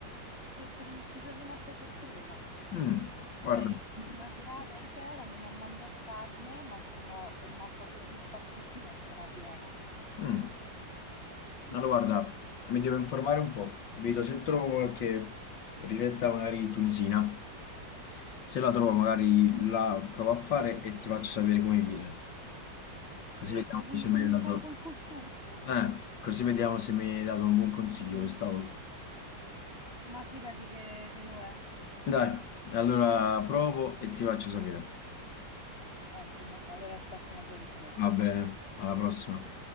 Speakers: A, on the left (about 30°); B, on the left (about 75°).
A: sorpre- ci sono rimasta sorpresa.
B: mm. Guarda.
A: Cioè, io in una serata intera non ho mangiato carne, ma sono rimasta soddisfattissima e strapiena.
B: mm. Allora, guarda, mi devo informare un po'. Vedo se trovo qualche ricetta magari tunisina. Se la trovo, magari la provo a fare e ti faccio sapere come viene. Così
A: Sì,
B: vediamo
A: puoi pi-
B: se
A: cominciare
B: mi hai dato...
A: col couscous,
B: Eh, così vediamo se mi hai dato un buon consiglio questa volta.
A: ma fidati che, che lo è.
B: Dai, allora provo e ti faccio sapere.
A: Ottimo, allora aspetto una tua risposta.
B: Va bene, alla prossima.